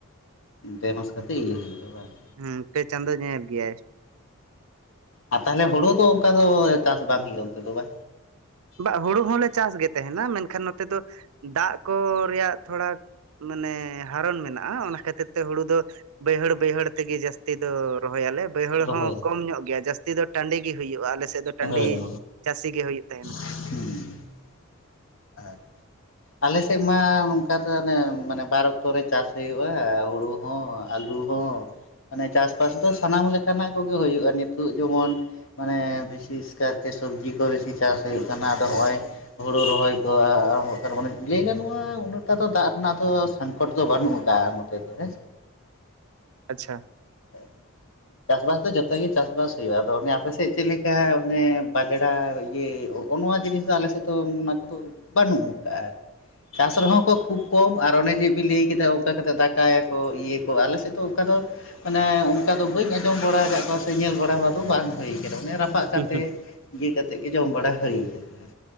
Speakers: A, on the left (about 60°); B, on the right (about 85°).
A: ᱯᱮ ᱢᱟᱥ ᱠᱟᱛᱮᱜ ᱤᱭᱟᱹ ᱦᱩᱭᱩᱜᱼᱟ ᱵᱟᱝ?
B: ᱦᱩᱸ ᱯᱮ ᱪᱟᱸᱫᱚ ᱧᱮᱞ ᱜᱮᱭᱟᱭ᱾
A: ᱟ ᱛᱟᱦᱞᱮ ᱦᱳᱲᱳ ᱫᱚ ᱚᱱᱠᱟ ᱫᱚ ᱪᱟᱥ ᱵᱟᱝ ᱦᱩᱭᱩᱜᱼᱟ ᱚᱱᱛᱮ ᱫᱚ ᱵᱟ?
B: ᱵᱟ ᱦᱩᱲᱩ ᱦᱚᱸᱞᱮ ᱪᱟᱥ ᱜᱮ ᱛᱮᱦᱮᱱᱟ ᱢᱮᱱᱠᱷᱟᱱ ᱱᱚᱛᱮ ᱫᱚ ᱫᱟᱜ ᱠᱚ ᱨᱮᱭᱟᱜ ᱛᱷᱚᱲᱟᱼᱼ ᱢᱟᱱᱮ ᱦᱟᱨᱚᱱ ᱢᱮᱱᱟᱜᱼᱟ ᱚᱱᱟ ᱠᱷᱟᱹᱛᱤᱨᱼᱼ ᱛᱮ ᱦᱩᱲᱩ ᱫᱚ ᱵᱟᱹᱭᱦᱟᱹᱲ ᱵᱟᱹᱭᱦᱟᱹᱲ ᱛᱮᱜᱮ ᱡᱟᱹᱥᱛᱤ ᱫᱚ ᱨᱚᱦᱚᱭᱟᱞᱮ ᱵᱟᱹᱭᱦᱟᱹᱲ
A: ᱨᱚᱦᱚᱭ
B: ᱦᱚᱸ ᱠᱚᱢ ᱧᱚᱜ ᱜᱮᱭᱟ ᱡᱟᱥᱼᱼ ᱛᱤ ᱫᱚ ᱴᱟᱺᱰᱤ ᱜᱮ ᱦᱩᱭᱩᱜᱼᱟ ᱟᱞᱮᱥᱮᱜ ᱫᱚ ᱴᱟᱺᱰᱤ
A: ᱦᱳᱭ
B: ᱪᱟᱹᱥᱤ ᱜᱮ ᱦᱩᱭᱩᱜ ᱛᱟᱦᱮᱱᱟ᱾
A: <unintelligible> ᱟᱡ ᱟᱞᱮᱥᱮᱡ ᱢᱟ ᱱᱚᱝᱠᱟ ᱛᱚ ᱚᱱᱮ ᱢᱟᱱᱮ ᱵᱟᱨ ᱚᱠᱛᱚ ᱨᱮ ᱪᱟᱥ ᱦᱩᱭᱩᱜᱼᱟ ᱦᱩᱲᱩ ᱦᱚᱸᱼᱼ ᱟᱹᱞᱩ ᱦᱚᱸ ᱢᱟᱱᱮ ᱪᱟᱥ- ᱵᱟᱥ ᱫᱚ ᱥᱟᱱᱟᱢ ᱞᱮᱠᱟᱱᱟᱜ ᱠᱚᱜᱮ ᱦᱩᱭᱩᱜᱼᱟ ᱱᱤᱛᱩᱜ ᱡᱮᱢᱚᱱ ᱢᱟᱱᱮ ᱵᱤᱥᱤᱥ ᱠᱟᱭ ᱛᱮ ᱥᱚᱵᱽᱡᱤ ᱠᱚ ᱵᱮᱥᱤ ᱪᱟᱥ ᱦᱩᱭᱩᱜ ᱠᱟᱱᱟ ᱟᱫᱚ ᱦᱚᱜᱼᱚᱭ ᱦᱩᱲᱩ ᱨᱚᱦᱚᱭ ᱫᱚ ᱟᱹ-ᱟᱹ ᱛᱟᱨ ᱢᱟᱱᱮ ᱞᱟᱹᱭ ᱜᱟᱱᱚᱜᱼᱟ ᱩᱱᱟᱹᱜᱴᱟ ᱫᱚ ᱫᱟᱜ ᱨᱮᱱᱟᱜ ᱫᱚ ᱥᱟᱝᱠᱚᱴ ᱫᱚ ᱵᱟᱹᱱᱩᱜ ᱟᱠᱟᱜᱼᱟ ᱱᱚᱛᱮ ᱫᱚ ᱦᱮᱸ ᱥᱮ
B: ᱟᱪᱪᱷᱟ
A: <unintelligible> ᱪᱟᱥ-ᱵᱟᱥ ᱫᱚ ᱡᱚᱛᱚ ᱜᱤ ᱪᱟᱥ-ᱵᱟᱥ ᱦᱩᱭᱩᱜᱼᱟ ᱟᱫᱚ ᱚᱱᱮ ᱟᱯᱮ ᱥᱮᱡ ᱪᱮᱜ ᱞᱮᱠᱟ ᱚᱱᱮ ᱵᱟᱡᱽᱲᱟ ᱤᱭᱟᱹ ᱳᱜ ᱚ ᱱᱚᱣᱟ ᱡᱤᱱᱤᱥ ᱫᱚ ᱟᱞᱮ ᱥᱮᱫ ᱫᱚ ᱩᱸ-ᱩᱱᱟ ᱠᱚᱫᱚ ᱵᱟᱹᱱᱩᱜ ᱠᱟᱜᱼᱟ ᱪᱟᱥ ᱨᱮᱦᱚ ᱠᱚ ᱩᱠ ᱠᱚᱢ ᱟᱨ ᱚᱱᱮ ᱡᱮ ᱵᱤᱱ ᱞᱟᱹᱭ ᱠᱮᱫᱟ ᱚᱝᱠᱟ ᱠᱟᱛᱮ ᱫᱟᱠᱟᱭᱟᱠᱚ ᱤᱭᱟᱹ ᱠᱚ ᱟᱞᱮ ᱥᱮᱫ ᱫᱚ ᱚᱝᱠᱟ ᱫᱚ ᱢᱟᱱᱮ ᱚᱝᱠᱟ ᱫᱚ ᱵᱟᱹᱧ ᱟᱸᱡᱚᱢ ᱵᱟᱲᱟ ᱟᱠᱟᱜ ᱠᱚᱣᱟ ᱥᱮ ᱧᱮᱞ ᱵᱟᱲᱟ ᱵᱟᱫᱩᱝ ᱵᱟᱝ ᱦᱩᱭ ᱠᱟᱱᱟ ᱚᱱᱮ ᱨᱟᱯᱟᱜ ᱠᱟᱛᱮᱫ
B: ᱦᱩᱸ ᱦᱩᱸ
A: ᱤᱭᱟᱹ ᱠᱟᱛᱮᱜ ᱜᱮ ᱡᱚᱢ ᱵᱟᱲᱟ ᱦᱟᱹᱭ ᱠᱟᱱᱟ